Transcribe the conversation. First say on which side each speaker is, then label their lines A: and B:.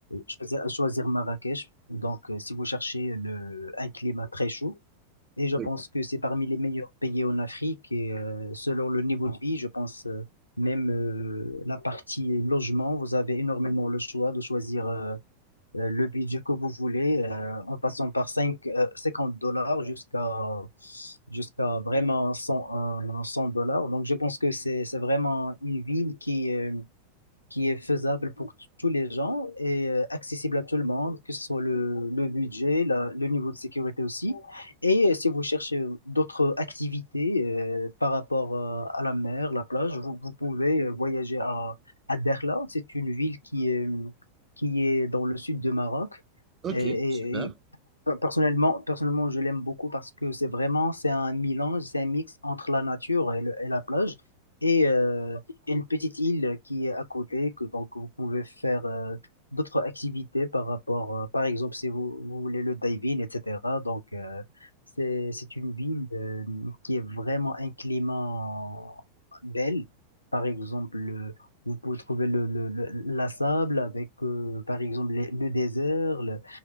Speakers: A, on the left; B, on the right.
A: choisir, choisir Marrakech. Donc, euh, si vous cherchez le, un climat très chaud, et je
B: oui.
A: pense que c'est parmi les meilleurs pays en Afrique. Et euh, selon le niveau de vie, je pense euh, même euh, la partie logement, vous avez énormément le choix de choisir euh, euh, le budget que vous voulez, euh, en passant par 5, euh, 50 dollars jusqu'à jusqu'à vraiment 100, euh, 100 dollars. Donc je pense que c'est c'est vraiment une ville qui, euh, qui est faisable pour t- tous les gens et euh, accessible à tout le monde, que ce soit le, le budget, la- le niveau de sécurité aussi. Et euh, si vous cherchez euh, d'autres activités euh, par rapport euh, à la mer, la plage, vous, vous pouvez euh, voyager à, à Derla. C'est une ville qui est, qui est dans le sud de Maroc.
B: Ok,
A: Et, et-
B: super.
A: et Pe- Personnellement, personnellement, je l'aime beaucoup parce que c'est vraiment, c'est un mélange, c'est un mix entre la nature et, le- et la plage et euh, une petite île qui est à côté, que donc vous pouvez faire euh, d'autres activités par rapport, euh, par exemple, si vous, vous voulez le diving, etc. Donc, euh, c'est, c'est une ville euh, qui est vraiment un climat belle. Par exemple, euh, vous pouvez trouver le, le- le- la sable avec, euh, par exemple, les- le désert, le-